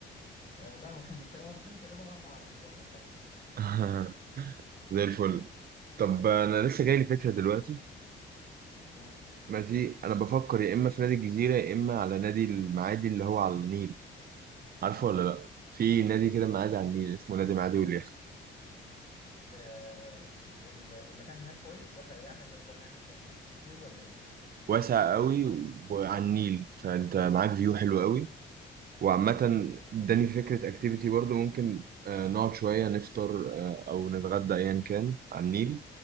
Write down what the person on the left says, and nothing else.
آه، لا ما كنا كانوا واخدين تقريبا اربع عربيات او خمسه
قول
آه، في ال- المكان هناك كويس واسع يعني نقدر نعمل فيه اكتيفيتيز كتير ولا ايه؟